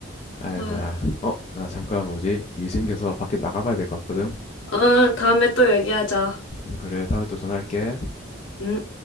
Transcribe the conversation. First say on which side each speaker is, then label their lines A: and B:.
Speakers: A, on the left (about 30°); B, on the left (about 65°).
A: 아이고야.
B: 아.
A: 어, 나 잠깐 뭐지? 일 생겨서 밖에 나가봐야 될 것 같거든.
B: 어, 다음에 또 얘기하자.
A: 음, 그래, 다음에 또 전화할게.
B: 음.